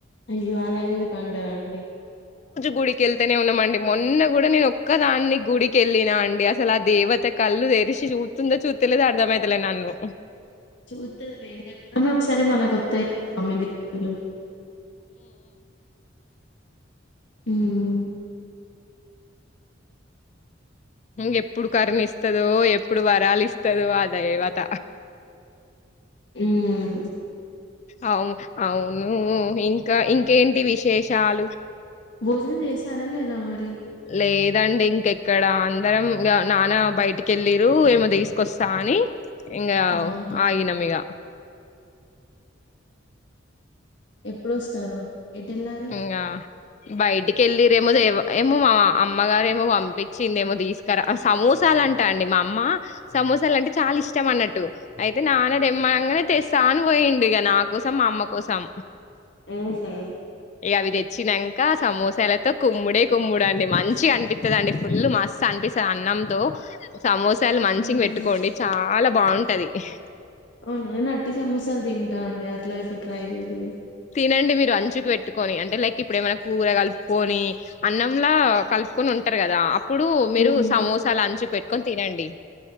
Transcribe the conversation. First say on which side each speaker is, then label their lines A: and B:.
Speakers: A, on the left (about 60°); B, on the left (about 35°).
A: అయ్యో అలా ఎందుకు అంటారాండి
B: గుడికెళ్తేనే ఉన్నామండి మొన్న కూడా నేను ఒక్కదాన్ని గుడికెళ్ళిన అండి అసలు అది దేవత కళ్లు తెరిసి చూత్తుందో చూత్తలేదో అర్ధంమైతలే నన్ను
A: చూత్తది లే ఎప్పుడైనా ఒకసారి మనకొత్తాయిగా ఎనిమిది వందలు హ్మ్
B: ఇంక ఎప్పుడు కరుణ ఇస్తదో ఎప్పుడు వరాలు ఇస్తదో అ దేవత
A: హ్మ్
B: అవును అవునూ ఇంకా ఇంకేంటి విష శేషాలు
A: భోజనం చేసారా లేదా మరి
B: లేదండి ఇంకెక్కడ అందరం నాన్న బయటికెళ్ళీరు ఏమో తీసుకొస్తా అని ఇంగా
A: అవునా
B: ఆగినం ఇగ
A: ఎప్పుడొస్తారు ఎటెళ్లారు
B: ఇంగా బయటికి వెళ్ళిరేమోవ ఏమో మా అమ్మగారేమో పంపించింది ఏమో తీసుకురా సమోసాలంటా అండి మా అమ్మ సమోసాలు అంటే చాలా ఇష్టం అన్నట్టు అయితే నాన్న తెమ్మనంగానే తెస్ తాను పోయిండు ఇక నా కోసం మా అమ్మ కోసం
A: ఊహూ
B: అవి తెచ్చినంక సమోసాలతో కుమ్ముడే కుమ్ముడు అండి మంచిగ అనిపిత్తదండి ఫుల్ మస్ అనిపిస్తుంది అన్నంతో సమోసా చాలలు మంచిగా
A: ఉమ్
B: పెట్టుకోండి చాలా బాగుంటంది అది
A: అవునా నేను నాట్టి సమోసలు తింటాండి. అట్లా ఎప్పుడు ట్రై చేయలేదు.
B: తినండి మీరు అంచుకు పెట్టుకొని అంటే లైక్ ఇప్పుడు ఏమైనా కూర కలుపుకొని అన్నంలా కలుపుకొని ఉంటారు కదా అప్. ఇప్పుడు మీరు
A: ఉమ్
B: సమోస. అలా అంచుకు పెట్టుకొని తినండి.